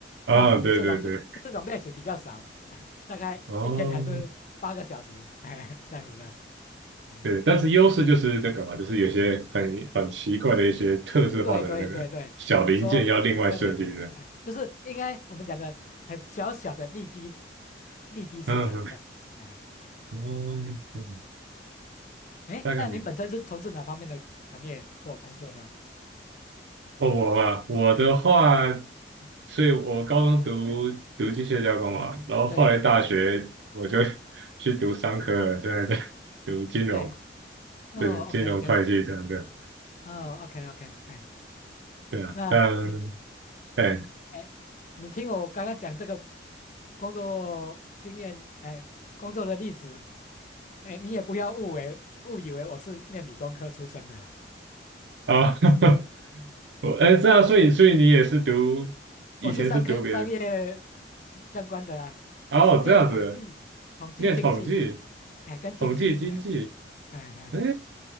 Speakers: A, on the right (about 80°); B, on the left (about 40°).
A: 啊，
B: 那我们这种这种类型比较少，
A: 对对对，
B: <laughs> 大概一天还是八个小时，
A: 哦，
B: <laughs> 哎这样子的。哎，
A: 对，但是优势就是那个嘛，就是有些很很奇怪的一些特制化的那个小零件要另外设计的，
B: 对对对对，只能说对对，哎，就是应该我们讲的很小小的利基利基市场这样。
A: 嗯哼，
B: 哎
A: 哦，嗯
B: 哎，
A: 大概明白
B: 那您本身是从事哪方面的行业或工作呢？
A: 哦，我嘛，我的话，
B: 嗯，
A: 所以我高中读读机械加工嘛，然后后来大学我就
B: 对
A: <laughs> 去读商科了，现在在 <laughs> 读金融，
B: 对，哦，OK
A: 对，金融会计这样的。
B: OK，哎，哦，OK OK，哎。
A: 对啊，
B: 那你，
A: 但哎
B: 哎哎，你听我刚刚讲这个工作经验，哎，工作的历史，哎，你也不要误为误以为我是念理工科出身的啦，
A: 啊，<laughs> 我哎这样，所以所以你也是读以前是读别的
B: 我是商科商业相关的啦，
A: 哦，
B: 我是念统计、
A: 这样子
B: 统计经济，
A: 念统计、
B: 哎，跟经济，
A: 统计经济，
B: 哎哎哎
A: 哎，